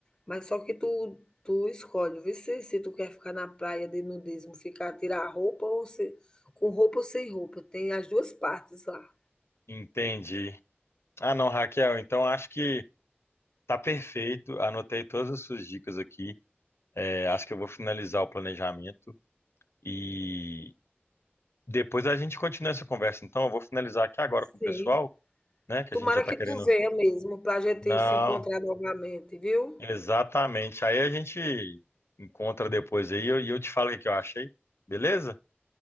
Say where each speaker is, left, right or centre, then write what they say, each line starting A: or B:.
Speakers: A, on the left; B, on the left.
A: mas só que tu tu escolhe, vê se se tu quer ficar na praia de nudismo, ficar tirar a roupa ou se com roupa ou sem roupa, tem as duas partes lá.
B: Entendi. Ah, não, Raquel, então acho que tá perfeito. Anotei todas as suas dicas aqui. É, acho que eu vou finalizar o planejamento. E Depois a gente continua essa conversa. Então, eu vou finalizar aqui agora com o
A: Sim,
B: pessoal, né? Que
A: tomara
B: a gente já está
A: que
B: querendo.
A: tu venha mesmo para a gente
B: Não,
A: se encontrar novamente, viu.
B: exatamente. Aí a gente encontra depois aí e eu, e eu te falo o que que eu achei. Beleza?